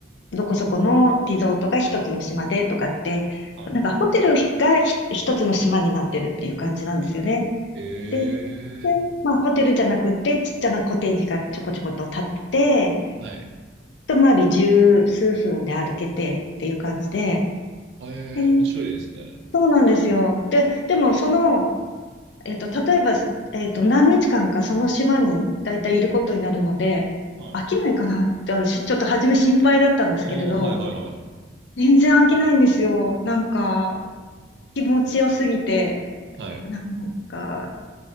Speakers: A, on the left; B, on the right.
A: どこそこのリゾートが一つの島でとかって、
B: はい。
A: なんかホテルがひ一つの島になってるっていう感じなんですよね。
B: ええ
A: で、で、まあホテルじゃなくてちっちゃなコテージがちょこちょこと建ってて、
B: はい。
A: 一回り十数分で歩けてっていう感じで、
B: ええ、
A: えー
B: 面白いですね。
A: そうなんですよ。で、でもその、えっと、例えば、えっと、何日間かその島に大体いることになるので、
B: はい。
A: 飽きないかなって、しちょっと初め心配だったんですけれど、
B: ああ、はいはいはいはいはい。
A: 全然飽きないんですよ。なんか、気持ちよすぎて、
B: はい。
A: なんか、